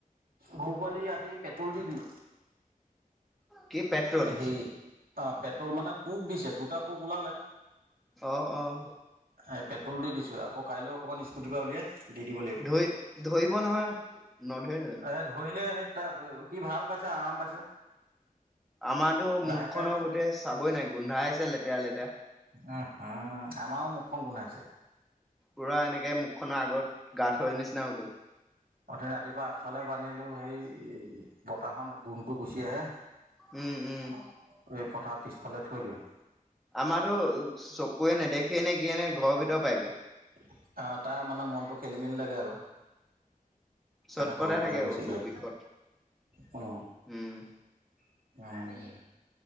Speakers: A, on the right (about 85°); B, in the centre.
A: গৰু পোৱালি আজি, পেট্ৰল দি দিলোঁ।
B: কি পেট্ৰল
A: সেই অ পেট্ৰল মানে পোক দিছে দুটা পোক ওলালে।
B: অহ, অহ
A: এই পেট্ৰল দি দিছো আক কাইলৈ অকণমান স্কুটিৰ পৰা উলিয়াই। দি, দিব লাগিব।
B: ধৰি ধৰিব নহয় নধৰে জানো
A: এ ধৰিলে সেই। <unintelligible> সি ভাল পাইছে, আৰাম পাইছে।
B: আমাৰতো
A: লাহেকে
B: মুখ খণ গোটেই চাবই নোৱাৰি। গোন্ধাই আছে লেতেৰা লেতেৰা।
A: ওহোঁ! আমাৰো মুখখন গোন্ধাইছে।
B: পুৰা এনেকে মুখ খনৰ আগত গা -ধোৱাৰ নিচিনা হৈ গ'ল।
A: অথনি ৰাতিপুৱা আগফালে বান্ধিলো সেই বতাহ ত গোন্ধ টো গুচি আহে। অ' অ'!
B: উম উম।
A: এই, পথাৰ পিছফালে থৈ দিওঁ।
B: আমাটো চকুুৱে নেদেখে নে, কি, এ, নে ঘৰৰ ভিতৰ পায়গে।
A: অ'! তাৰ মানে, মনটো খেলি-মেলি লাগে আৰু। সেইকাৰণে
B: চট
A: ঘৰৰ
B: পতাই
A: ভিতৰলৈ
B: থাকে
A: গুচি
B: আৰু
A: যায়
B: বিষত।
A: উম
B: উম,,
A: উম